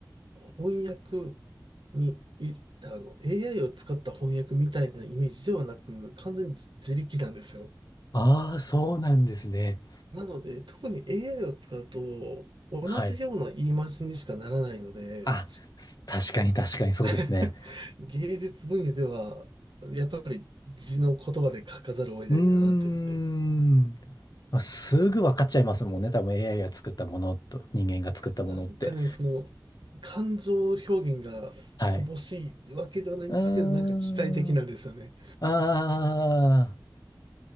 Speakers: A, on the right; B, on the left.
A: 翻訳に、い、あの、AI を使った翻訳みたいなイメージではなく、完全に自力なんですよ。
B: あああそうなんですね。
A: なので、特に AI を使うと、同じような言い回しにしかならないので、
B: はい。あ、す確かに確かにそうですね。
A: <laughs> 芸術分野では、やっぱり字の言葉で書かざるを得ないなというので、
B: うーん。まあ、すぐ分かっちゃいますもんね。多分 AI が作ったものと人間が作ったものって。
A: なんかね、その、感情表現が乏しいわけではないんですけど、
B: はい。うーん。
A: なんか機械的なんですよね。
B: ああ、